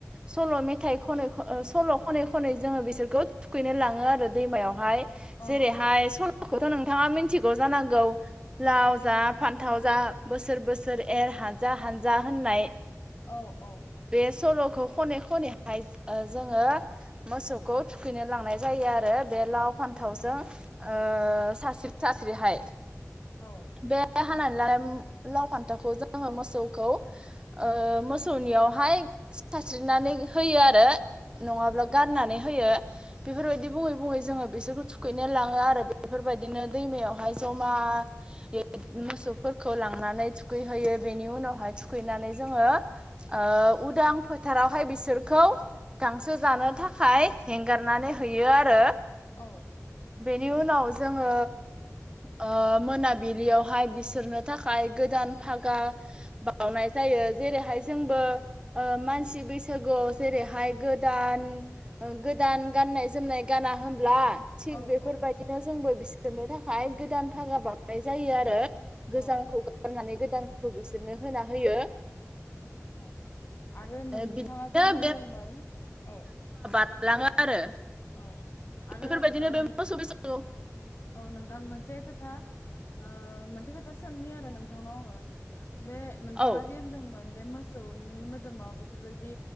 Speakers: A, on the right; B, on the left.
A: सल' मेथाइ खनै ख ओ सल' खनै खनै जोङो बिसोरखौ थुखैनो लाङो आरो दैमायावहाय।
B: औ
A: जेरैहाय सल' खौथ' नोंथाङा मिथिगौ जानांगौ लाव जा फान्थाव जा बोसोर बोसोर एर हानजा हानजा होननाय
B: औ औ
A: बे
B: <unintelligible>
A: सल'खौ खनै खनैहाय जोङो मोसौखौ थुखैनो लांनाय जायो आरो बे लाव फान थावजों ओ सास्रि सास्रिहाय।
B: औ
A: बे हानानै लानाय लाव फान्थावखौ जोङो मोसौखौ ओ मोसौनियावहाय सास्रिनानै होयो आरो नङाब्ला
B: औ
A: गाननानै होयो। बेफोरबायदि बुङै बुङै जोङो बिसोरखौ थुखैनो लाङो आरो बेफोरबायदिनो दैमायावहाय जमायै मोसौफोरखौ लांनानै थुखैहैयो। बेनि उनावहाय थुखैनानै जोङो ओ उदां फोथारावहाय बिसोरखौ गांसो जानो थाखाय हेंगारनानै होयो आरो
B: औ।
A: बेनि उनाव जोङो ओ मोनाबिलियावहाय बिसोरनो थाखाय गोदान फागा बावनाय जायो। जेरैहाय जोंबो ओ मानसि बैसागुआव जेरैहाय गोदान गोदान गाननाय जोमनाय गाना होनब्ला थिग
B: औ
A: बेफोरबायदिनो
B: औ
A: जोंबो बिसोरनो थाखाय गोदान फागा बावनाय जायो आरो
B: औ
A: गोजामखौ गारनानै गोदान खौ बिसोरनो होना होयो।
B: औ आरो नोंथाङा
A: बिदिनो
B: जे बुंदोंमोन औ
A: होलाङो आरो
B: औ। आरो
A: बेफोरबायदिनो
B: ओ
A: बे <unintelligible>
B: औ नोंथां मोनसे खोथा ओ मोनसे खोथा सोंनि आरो नोंथांनाव आङो। बे नोंथाङा
A: औ
B: जे होनदोंमोन बे मोस सौनि मोदोमाव बेफोरबायदि